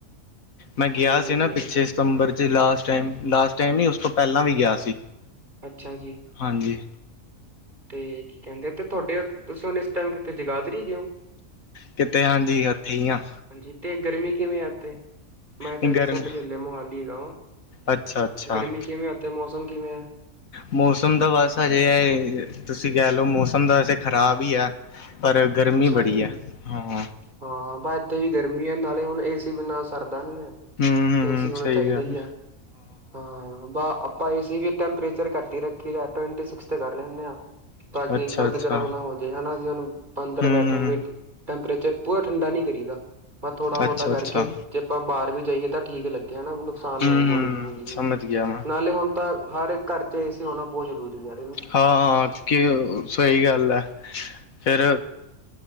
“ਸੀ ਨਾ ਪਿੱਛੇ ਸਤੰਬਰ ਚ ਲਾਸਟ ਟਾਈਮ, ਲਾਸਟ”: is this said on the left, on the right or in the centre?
Left